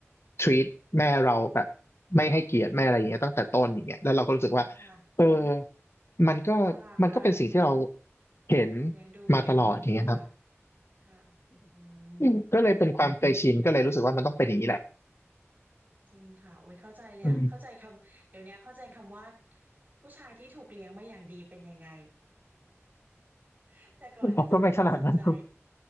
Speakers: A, on the left (about 60°); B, on the right (about 35°).
A: treat แม่เราแบบไม่ให้เกียรติไม่อะไรอย่างเงี้ยตั้งแต่ต้นอย่างเงี้ยแล้วเราก็รู้สึกว่า
B: อืมค่ะ
A: เออมันก็
B: อุ๊ยน่ารักอ่ะถูก
A: มันก็เป็นสิ่งที่เราเห็น
B: ถูกเลี้ยงดูมาอย่างดีค่ะ
A: มาตลอดอย่างเงี้ยครับ
B: ค่ะอื
A: อืมก็เลยเป็นความเคยชินก็เลยรู้สึกว่ามันต้องเป็นอย่างนี้แหละ
B: ม จริงค่ะโอ้ยเข้าใจเลยอะเข้าใจคำเดี๋ยวนี้เข้าใจคำว่า
A: อืม
B: ผู้ชายที่ถูกเลี้ยงมาอย่างดีเป็นยังไง <laughs> แต่ก่อนนะจะไม่ค่อยสนใจ
A: ผมก็ไม่ขนาดนั้นครับ